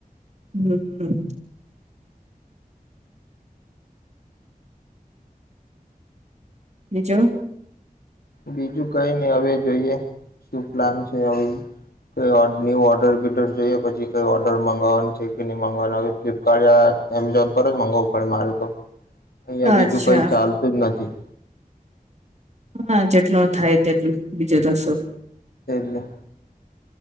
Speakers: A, on the right; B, on the left.
A: હમ. બીજું?
B: બીજું કઈ નહી હવે જોઈએ શું પ્લાન છે હવેઈ ન્ય ઓર્ડર બીડર જોઈએ પછી કઈ ઓર્ડર મગવાનું છે કે નહી મગાવવાનું હવે ફ્લિપકાર્ટ, એમેઝોન પર જ મગાવવું પડે મારે તો. અહંયા
A: અચ્છા
B: બીજું કઈ ચાલતું જ નથી.
A: હા જેટલું થાય તેટલું બીજું તો શુ થાય?
B: એ જ ને.